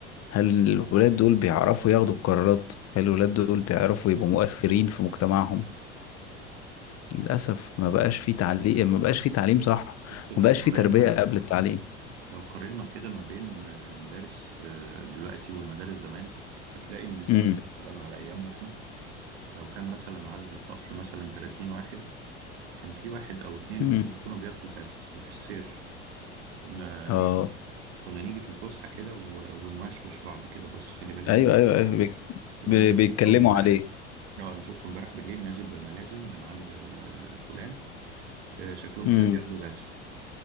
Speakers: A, on the left (about 50°); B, on the right (about 70°).
A: هل الولاد دول بيعرفوا ياخدوا قرارات هل الولاد دول بيعرفوا يبقوا مؤثرين في مجتمعهم للاسف ما بقاش في تعليم ما بقاش في تعليم صح
B: بس لو
A: ما بقاش
B: قارنا
A: في تربية قبل التعليم
B: لو قارنا كده ما بين آه، المدارس آه، دلوقتي والمدارس زمان هتلاقي ان زمان
A: امم
B: مثلا على ايامنا احنا لو كان مثلا عدد الفصل مثلا 30 واحد كان في واحد او اتنين
A: امم
B: ممكن يكونوا بياخدوا درس وفي السير كنا
A: اه
B: يعني كنا نيجي في الفسحة كده و- ونوشوش بعض كده بص خلي بالك
A: ايوه
B: الو-
A: ايوه ايوه بي-
B: الواد
A: بي-
B: ده انا
A: بيتكلموا
B: شفته امبارح
A: عليه
B: اه انا شفته امبارح بالليل نازل بملازم من عند آه، فلان آه، شكلهم
A: امم
B: كده بياخدوا درس